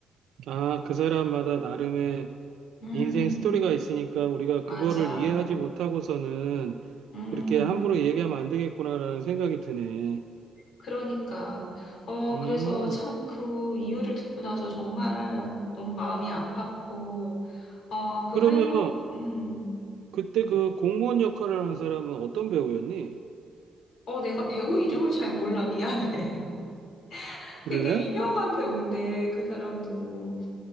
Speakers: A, on the right (about 75°); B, on the left (about 70°).
A: 아 그 사람마다 나름의
B: 음,
A: 인생 스토리가 있으니까 우리가
B: 맞아.
A: 그거를 이해하지 못하고서는
B: 음.
A: 그렇게 함부로 얘기하면 안 되겠구나라는 생각이 드네.
B: 그러니까, 어,
A: 음,
B: 그래서 참 그 이유를 듣고 나서 정말 너무 마음이 아팠고, 어, 그
A: 그러면
B: 할머니, 음,
A: 그때 그 공무원 역할을 한 사람은 어떤 배우였니?
B: 어, 내가 배우 이름을 잘 몰라. 미안해. <laughs>
A: 그래?
B: 되게 유명한 배우인데, 그 사람도.